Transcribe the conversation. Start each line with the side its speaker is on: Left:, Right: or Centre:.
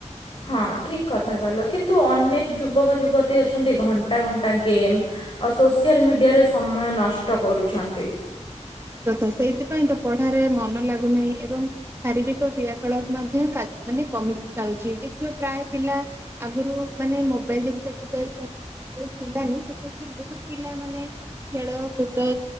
Left: ହଁ, ଠିକ୍ କଥା କହିଲ କିନ୍ତୁ ଅନେକ ଯୁବକ, ଯୁବତୀ ଅଛନ୍ତି, ଘଣ୍ଟା ଘଣ୍ଟା ଗେମ୍ ଆଉ ସୋସିଆଲ୍ ମିଡିଆରେ ସମୟ ନଷ୍ଟ କରୁଛନ୍ତି।
Right: ଦେଖ ସେଇଥିପାଇଁ ତ ପଢାରେ ମନ ଲାଗୁନାହିଁ ଏବଂ ଶାରୀରିକ କ୍ରିୟାକଳାପ ମାଧ୍ୟ <unintelligible> <unintelligible> ମାନେ କମି ଯାଉଛି, ଦେଖିବ ପ୍ରାଏ ପିଲା ଆଗୁରୁ ମାନେ ମୋବାଇଲ୍ <unintelligible> ବୋହୁତ୍ ପିଲା ବି ପିଲାମାନୋ ଖେଳ, କୁଦ